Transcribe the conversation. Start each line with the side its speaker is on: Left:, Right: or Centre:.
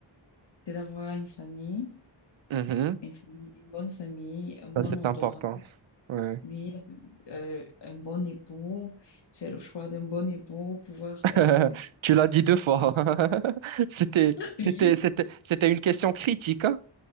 Left: c'est d'avoir une famille,
Right: Mhm.
Left: une famille, une bonne famille, un bon
Right: Ça, c'est
Left: entourage,
Right: important. Ouais.
Left: oui, la- fam- euh, un bon époux, faire le choix d'un bon époux, pouvoir
Right: <laughs>
Left: euh, investir.
Right: Tu l'as dit deux fois. <laughs> C'était,
Left: <laughs>
Right: c'était,
Left: Oui.
Right: c'était, c'était une question critique, hein.